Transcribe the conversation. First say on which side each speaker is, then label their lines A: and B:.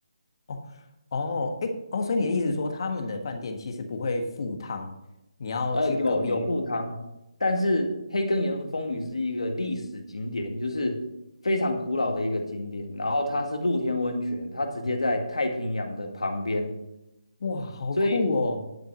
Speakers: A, on the left; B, on the left.
A: 哦哦，诶哦，所以你的意思是说他们的饭店其实不会附汤，你要去隔壁？
B: 呃，有有铺汤，但是黑根岩风吕是一个历史景点，就是非常古老的一个景点，然后它是露天温泉，它直接在太平洋的旁边，
A: 哇，好酷哦！
B: 所以